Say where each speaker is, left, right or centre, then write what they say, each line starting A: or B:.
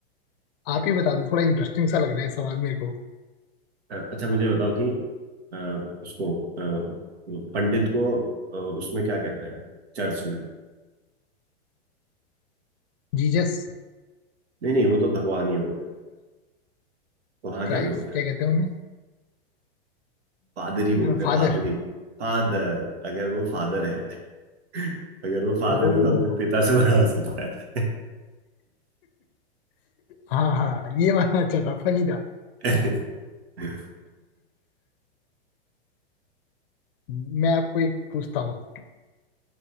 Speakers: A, on the left; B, on the right.
A: आप ही बता दो थोड़ा इंटरेस्टिंग सा लग रहा है ये सवाल मेरे को
B: अ, अच्छा मुझे बताओ कि अ, उसको अ, पंडित को अ, उसमें क्या कहते हैं चर्च में
A: जीसस
B: नहीं नहीं वो तो भगवान ही हो गए तो वहाँ
A: क्राइस्ट
B: क्या बोलते हैं
A: क्या कहते हैं
B: पादरी
A: उन्हें
B: बोलते हैं
A: फादर
B: पादरी फादर अगर वो फादर है <laughs> अगर वो फादर
A: ओ
B: है तो अपने पिता से बड़ा हो सकता
A: हाँ हाँ ये वाला अच्छा था फनी था
B: है <laughs> हाँ
A: मैं आपको एक पूछता हूँ